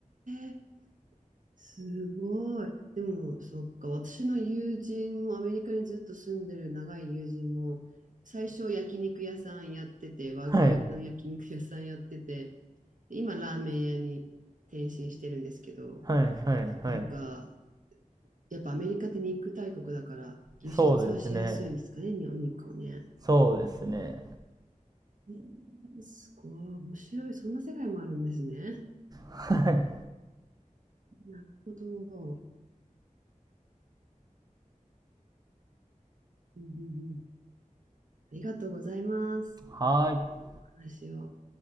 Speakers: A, on the right; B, on the right.
A: えすごい。でも、そっか、私の友人も、アメリカにずっと住んでる長い友人も、最初焼肉屋さんやってて、和牛の焼肉屋さんやってて、
B: はい
A: 今ラーメン屋に転身してるんですけど、
B: はいはいはい
A: なんか、やっぱアメリカって肉大国だから、輸出はしやすいんですかね、
B: そうですね
A: お肉をね。
B: そうですね
A: えーすごい、面白い。そんな世界もあるんですね。
B: はい
A: なるほど。うんうんうん。ありがとうございます。
B: はーい
A: お話を。